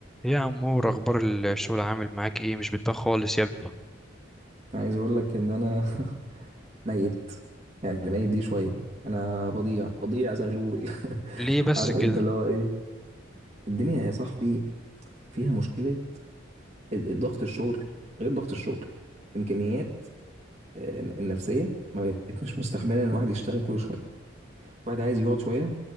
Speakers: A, in the centre; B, on the right.
A: إيه يا عمور اخبار الشغل عامل معاك ايه مش بتبان خالص يا ابني
B: عايز اقول لك ان انا <laughs> ميت يعني ميت دي شويه انا بضيع بضيع زغلول <laughs>
A: ليه بس
B: عارف
A: كده
B: انت اللي هو ايه الدنيا يا صاحبي فيها مشكله ال- الضغط الشغل غير ضغط الشغل امكانيات آه، النفسيه ما بقت مش مستحمله ان الواحد يشتغل كل شويه الواحد عايز يقعد شويه